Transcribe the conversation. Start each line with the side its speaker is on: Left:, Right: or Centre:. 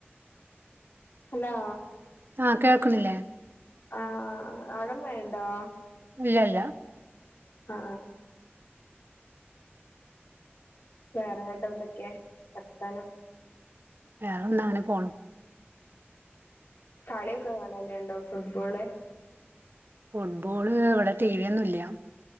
Left: ഹലോ
Right: ആ കേൾക്കുന്നില്ലേ
Left: ആ ആ ആ അവിടെ മഴയുണ്ടോ?
Right: ഇല്ല ഇല്ല
Left: ആ വേറെഅങ്ങാട്ട് എന്തൊക്കെയാ വർത്താനം?
Right: വേറെ എഞാ അങ്ങനെ പോണു
Left: കളിയൊക്കെ കാണാറുണ്ടോ ഫുട്ബോള്
Right: ഫുട്ബോള് ഇവിടെ ടി വി ഒന്നും ഇല്ല